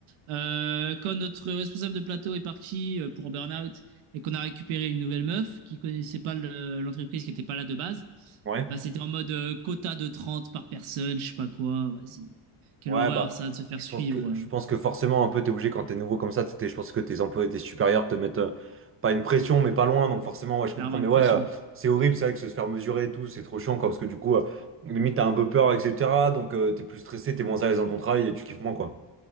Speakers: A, on the right (about 75°); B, on the right (about 30°).
A: Euh, quand notre responsable de plateau est parti euh, pour burn-out et qu'on a récupéré une nouvelle meuf qui connaissait pas le- l'entreprise qui était pas là de base
B: Ouais.
A: bah c'était en mode euh, quota de 30 par personne je sais pas quoi vas-y quelle
B: Ouais,
A: horreur
B: bah,
A: ça de se faire
B: je
A: suivre
B: pense que, je pense que forcément, un peu, t'es obligé quand t'es nouveau comme ça, t'es- t'es- je pense que tes employés, tes supérieurs te mettent, euh, pas une pression, mais pas loin, donc forcément, ouais, je
A: clairement
B: comprends. Mais
A: une
B: ouais,
A: pression.
B: euh, c'est horrible, c'est vrai que se faire mesurer et tout, c'est trop chiant, quoi, parce que du coup, euh, limite, t'as un peu peur, etc. Donc, euh, t'es plus stressé, t'es moins à l'aise dans ton travail et tu kiffes moins, quoi.